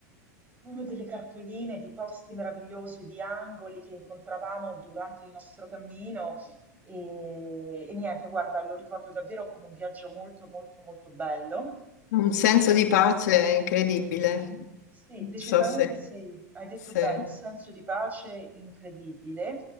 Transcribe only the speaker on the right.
come delle cartoline di posti meravigliosi, di angoli che incontravamo durante il nostro cammino e, e niente, guarda, lo ricordo davvero come un viaggio molto, molto, molto bello.
E
quindi,
sì,
decisamente
sì, hai detto
bene, un senso di pace incredibile.